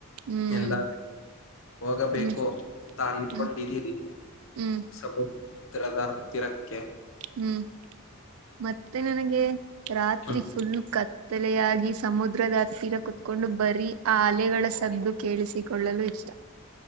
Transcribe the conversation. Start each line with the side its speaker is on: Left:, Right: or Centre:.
Right: ಹ್ಮ್
Left: ಎಲ್ಲ, ಹೋಗಬೇಕು,
Right: ಹ್ಮ್
Left: ಅಂತ ಅನ್ಕೊಂಡಿದ್ದೀರಿ,
Right: ಹ್ಮ್ ಹ್ಮ್
Left: ಸಮಯ. <unintelligible> ತ್ರರ, ಬರುಬರ್ಧೂ, ತಿರ. <inaudible>
Right: ಹ್ಮ್, ಮತ್ತೆ ನನಗೆ, ರಾತ್ರಿ
Left: ಹ್ಮ್
Right: ಫುಲ್ ಕಥೆ. <inaudible> ಅಲೆಯಾಗಿ, ಸಮುದ್ರದ ಹತ್ತಿರ ಕುತ್ಕೊಂಡು ಬರೀ, ಆ ಅಲೆಗಳ ಸದ್ದು. ಕೇಳಿಸಿಕೊಳ್ಳಲು, ಇಷ್ಟ. <inaudible>